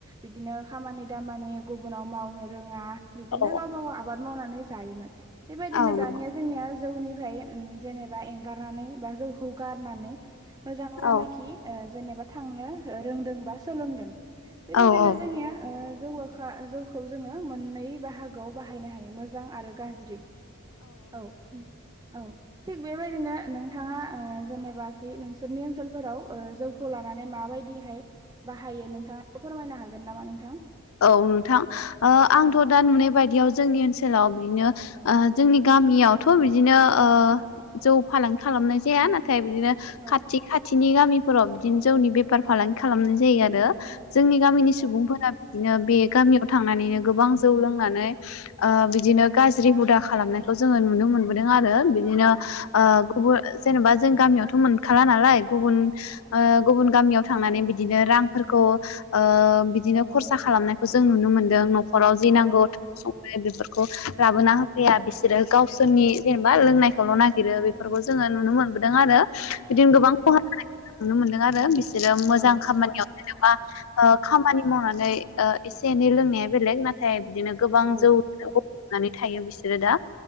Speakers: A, on the right; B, on the left.
A: बिदिनो खामानि दामानि गुबुनाव मावनो रोङा बिदिनो
B: औ
A: गावबा गाव आबाद मावनानै जायोमोन। बेबायदिनो
B: औ नंगौ।
A: दानिया जोंनिया जौनिफाय ओ जेनेबा एंगारनानै बा जौखौ गारनानै मोजां लामााखि
B: औ
A: ओ जेनेबा थांनो ओ रोंदों बा सोलोंदों। बेबायदिनो
B: औ औ
A: जोंनिया ओ जौओखा जौखौ जोङो मोननै बाहागोआव बाहायनो हायो मोजां आरो गाज्रि औ औ। थिग बेबायदिनो नोंथाङा ओ जेनेबााखि नोंसोरनि ओनसोलफोराव ओ जौखौ लानानै माबायदि दिहाय बाहायो नोंथाङा फोरमायनो हागोन नामा नोंथां?
B: औ नोंथां ओ आंथ'
A: औ
B: दा नुनाय बायदियाव जोंनि ओनसोलाव ओनसोलाव बिदिनो ओ जोंनि गामियावथ' बिदिनो ओ जौ फालांगि खालामनाय जाया नाथाय बिदिनो
A: औ
B: खाथि खाथिनि गामिफोराव बिदिनो जौनि बेफार फालांगि खालामनाय जायो आरो। जोंनि गामिनि
A: औ
B: सुबुंफोरा बिदिनो बे गामियाव थां नानैयो गोबां जौ लोंनानै ओ बिदिनो गाज्रि हुदा खालामनायखौ जोङो नुनो मोनबोदों आरो। रो बिदिनो ओ गुबु जेनेबा जों गामियावथ' मोनखाला नालाय गुबुन ओ गुबुन गामियाव थांनानै बिदिनो रांफोरखौ ओ बिदिनो खरसा खालामनायखौ जों नुनो मोन्दों न'खराव जि नांगौ
A: औ
B: बेफोरखौ लाबोना होफैया बिसोरो गावसोरनि जेनेबा लोंनायखौल' नागिरो बेफोरखौ जों नुनो मोनबोदों आरो। बिदिनो गोबां खहा जानाय नुनो मोनदों आरो बिस सोरो मोजां
A: औ
B: खामानियाव जेनेबा ओ खामानि मावनानै ओ एसे एनै लोंनाया बेलेग नाथाय बिदिनो गोबां
A: औ
B: जौ <unintelligible> नानै थायो बिसोरो दा।